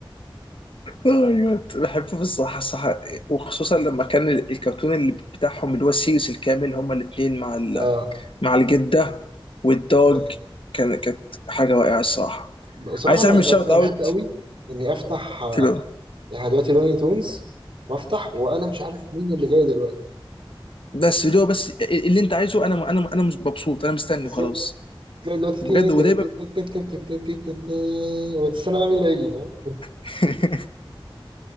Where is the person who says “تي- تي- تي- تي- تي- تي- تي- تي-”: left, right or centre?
Right